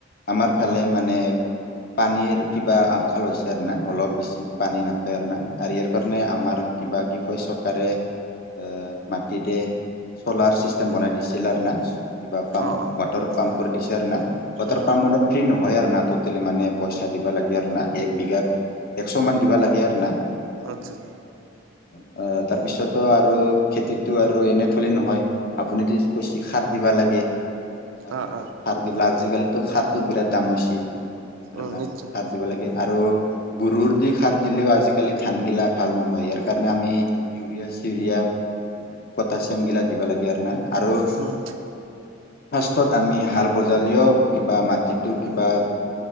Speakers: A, on the left; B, on the right.
A: আমাৰ ফালে মানে পানীৰ কিবা আশল লৈছে আৰু না অলপ বেছি পানী নাপায় আৰু না আৰু ইয়াৰ কাৰণে আমাৰ কিবা কি কয় চৰকাৰে এ মাটিতে চ'লাৰ চিষ্টেম বনাই দিছিল আৰু না। কিবা পাম্প
B: অ অ অ
A: ৱাটাৰ পাম্প
B: উম উম উম অ অ অ
A: কৰি দিছে আৰু না ৱাটাৰ
B: অ
A: পাম্প ম ফ্ৰ্ৰী নহয় আৰু না। টেলি মানে পইচা দিবা লাগে আৰু না এক বিঘাত একশ মান দিবা লাগে আৰু না।
B: কতছ ন
A: অ, তাৰপিছত আৰু খেতিটো আৰু এনে থলি নহয় আপুনিদি কৈছে সাৰ দিবা লাগে। আৰু
B: অ
A: না
B: অ
A: খাৰ দিবেল
B: হয়
A: আজিকালিতো খাৰটো বিৰাট দাম হৈছে। আৰু
B: উম
A: না
B: নিশ্চয়
A: সাত দিব লাগে আৰু। গৰুৰ দি সাৰ দিলেও আজিকালি ধান গিলা ভাল নহয়। ইয়াৰ কাৰণে আমি ইউৰিয়া ৰিয়া পটাছিয়াম গিলা দিব লাগে আৰু না আৰু ফাৰ্ষ্টত
B: উম
A: আমি হাল বজালেও কিবা মাটিটো কিবা